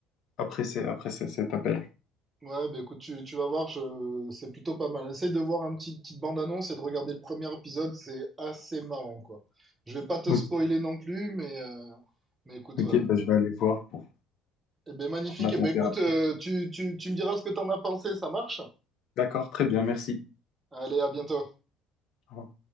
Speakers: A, on the left; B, on the right.
A: après, ces- après ces- cet appel.
B: Ouais, ben écoute, tu, tu vas voir, je, c'est plutôt pas mal. Essaye de voir un petit petite bande-annonce et de regarder le premier épisode, c'est assez marrant quoi. Je vais pas te
A: Ok,
B: spoiler non plus, mais euh, mais écoute
A: ok,
B: voilà.
A: bah, je vais aller voir pour
B: Eh ben magnifique.
A: prendre la
B: Eh
A: température.
B: ben écoute, euh, tu tu tu me diras ce que t'en as pensé, ça marche?
A: D'accord, très bien, merci.
B: Allez, à bientôt.
A: Au revoir.